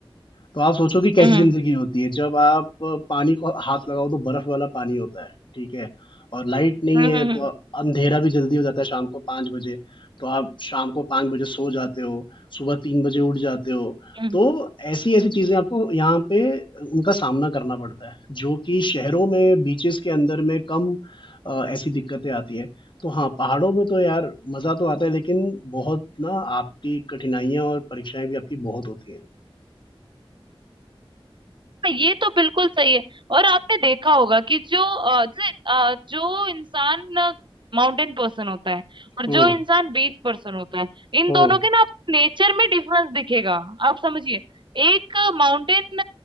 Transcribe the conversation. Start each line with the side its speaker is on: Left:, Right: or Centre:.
Left: तो आप सोचो कि कैसी
Right: हम्म
Left: जिंदगी होती है जब आप अ, पानी को हाथ लगाओ तो बर्फ वाला पानी होता है ठीक है और लाइट नहीं
Right: हम्म
Left: है
Right: हम्म हम्म,
Left: तो अंधेरा भी जल्दी हो जाता है शाम को पाँच बजे तो आप शाम को पाँच बजे सो जाते हो सुबह तीन बजे उठ जाते हो
Right: हम्म,
Left: तो ऐसी ऐसी चीजें आपको यहाँ पे उनका सामना करना पड़ता है जो कि शहरों में बीचेस के अंदर में कम अ, ऐसी दिक्कतें आती है तो हाँ पहाड़ों में तो यार मजा तो आता है लेकिन बहुत ना आपकी कठिनाइयां और परीक्षाएं भी आपकी बहुत होती हैं
Right: हाँ, ये तो बिल्कुल सही है और आपने देखा होगा कि जो अ, जैसे अ, जो इंसान माउंटेन पर्सन होता है और
Left: हम्म
Right: जो इंसान बीच पर्सन होता है इन
Left: हम्म
Right: दोनों के ना आप नेचर में डिफरेंस दिखेगा आप समझिए एक माउंटेन